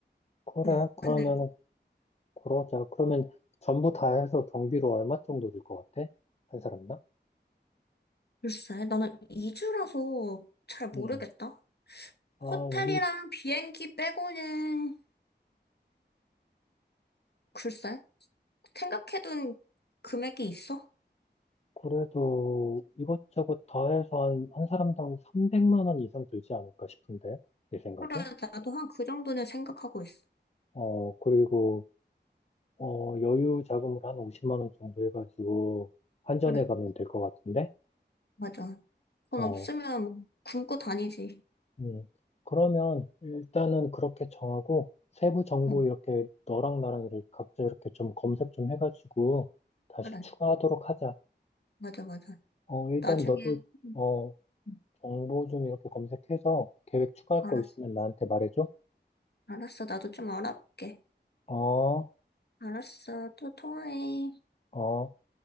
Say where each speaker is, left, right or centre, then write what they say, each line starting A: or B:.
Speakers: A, on the left (about 35°); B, on the left (about 65°).
A: 그래.
B: 응.
A: 그러면,
B: 근데
A: 그러자. 그러면 전부 다 해서 경비로 얼마 정도 들 것 같아? 한 사람당?
B: 글쎄, 나는 이주라서 잘 모르겠다.
A: 음. 아,
B: 호텔이랑
A: 우리
B: 비행기 빼고는 글쎄, 생각해둔 금액이 있어?
A: 그래도 이것저것 다 해서 한, 한 사람당 300만 원 이상 들지 않을까 싶은데, 내 생각에.
B: 그래, 나도 한 그 정도는 생각하고 있어.
A: 어, 그리고, 어, 여유 자금을 한 50만 원 정도 해가지고 환전해
B: 그래,
A: 가면 될 것 같은데,
B: 맞아. 돈
A: 어,
B: 없으면 뭐 굶고 다니지.
A: 음. 그러면 일단은 그렇게 정하고, 세부 정보
B: 응,
A: 이렇게 너랑 나랑 이렇게 각자 이렇게 좀 검색 좀 해가지고 다시
B: 그래,
A: 추가하도록 하자.
B: 맞아, 맞아.
A: 어, 일단
B: 나중에,
A: 너도,
B: 응,
A: 어,
B: 응,
A: 정보 좀 이렇게 검색해서 계획 추가할
B: 알았어.
A: 거 있으면 나한테 말해줘.
B: 알았어, 나도 좀 알아볼게.
A: 어.
B: 알았어, 또 통화해.
A: 어,